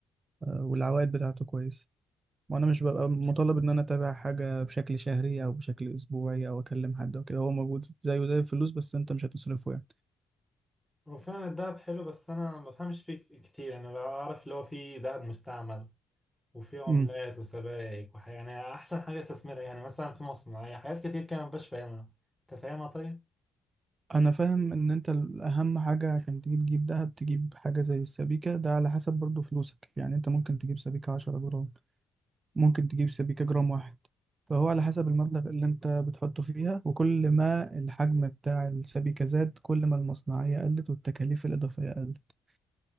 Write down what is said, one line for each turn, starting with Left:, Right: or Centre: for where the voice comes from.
Right: آه، والعوائد بتاعته كويسة وأنا مش ببقى مطالب إن أنا أتابع حاجة بشكل شهري أو بشكل أسبوعي أو أكلم حد أو كده هو موجود زيه زي الفلوس بس أنت مش هتصرفه
Centre: وفعلا الذهب حلو بس أنا ما بفهمش فيه كتير يعني أنا بعرف اللي هو في ذهب مستعمل وفي عملات
Right: يعني
Centre: وسبائك وحاجة يعني أحسن حاجة استثمرها يعني مثلا في مصنع يعني حاجات كتير كده مبقاش فاهمها أنت فاهمها طيب؟
Right: انا فاهم ان انت الاهم حاجة عشان تجيب تجيب دهب تجيب حاجة زي السبيكة ده على حسب برضو فلوسك يعني انت ممكن تجيب سبيكة عشرة جرام ممكن تجيب سبيكة جرام واحد فهو على حسب المبلغ اللي انت بتحطه فيها وكل ما الحجم بتاع السبيكة زاد كل ما المصنعية قلت والتكاليف الإضافية قلت